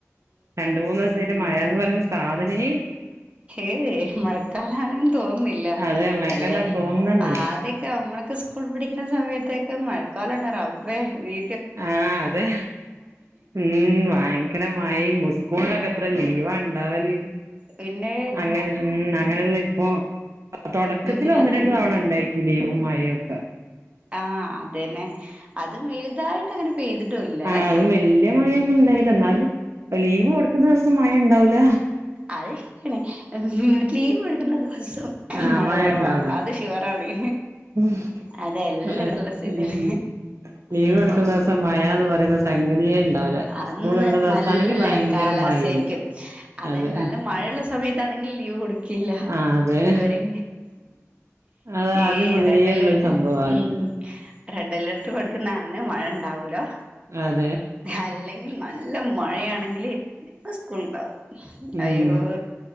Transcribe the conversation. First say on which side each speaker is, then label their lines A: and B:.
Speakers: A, on the right; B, on the right.
A: രണ്ട് മൂന്ന് ഈസാട്ട് മഴ എന്ന് പറയുന്ന സാധനെ
B: ഏയ് മഴക്കാലാണ് തോന്നുന്നില്ല
A: അതെ മഴക്കാലാന്ന്
B: എല്ലെ
A: തോന്നുന്നന്നല്ല
B: ആദ്യൊക്കെ നമ്മളൊക്കെ സ്കൂൾ പഠി കിട്ട്ണ സമയത്തെക്കെ മഴക്കാലണ് റബ്ബേ വീ
A: ആ അതെ ഉം വയങ്കര മഴിം പുസ്കൂളിലൊക്കെ എത്ര ലീവാ ഇണ്ടാവല്ല്
B: പിന്നെ
A: അങ്ങനെ ഉം അങ്ങനൊരു <unintelligible> ഇപ്പോ തൊടക്കത്തില്
B: ഉം
A: ഒന്ന്
B: അതന്നെ
A: രണ്ട് തവണ ഉണ്ടായിട്ട് നിയമുംമായൊക്കെ
B: ആ അതേന്നെ അതും വലുതായി ഇവിടങ്ങനൊരു പേയ്ത് ട്ടും ഇല്ലലേ
A: ആഹ് അതും വല്യ മഴയൊന്നും ണ്ടായില്ല എന്നാലും ലീവ് കൊടുക്കുന്ന ദിവസം മഴ ഉണ്ടാവൂല
B: അത് ശരിയാണ് ലീവ് എടുക്കുന്ന ദിവസം
A: ആഹ്
B: മഴപറവാ
A: മഴ ഇണ്ടാവൂല
B: അത് ശുവറാണ്
A: ഉം
B: അതെല്ലായിടത്തുള്ള
A: ഉം
B: സ്ഥിതിയാണ്
A: ലീവ്
B: ഉം
A: എടുക്കുന്ന ദിവസം മഴാന്ന് പറയുന്ന സംഗതിയേ ഉണ്ടാവൂല
B: അന്ന്
A: സ്കൂളുള്ള ദിവസാണെങ്കി
B: നല്ല
A: ഭയങ്കര
B: കാലാവസ്ഥ
A: മഴയായിരിക്കും
B: ആയിരിക്കും അത്
A: അതെ
B: നല്ല മഴയുള്ള സമയത്താണെങ്കിൽ ലീവ് കൊടുക്കേയില്ല
A: ആഹ് അതെ
B: ഇവര്
A: അത്
B: ഈ
A: ആദ്യം മുതലേ
B: റെഡ് അലേർട്ട്
A: ഉള്ളൊരു സംഭവാ അത്
B: ഉം റെഡ് അലേർട്ട് കൊട്ക്കുന്ന അന്ന് മഴ ഉണ്ടാവൂലാ
A: അത്‌
B: അല്ലെങ്കിൽ നല്ല നല്ല മഴയാണെങ്കില് സ്കൂള് ഉണ്ടാവും
A: ഉം
B: അയ്യോ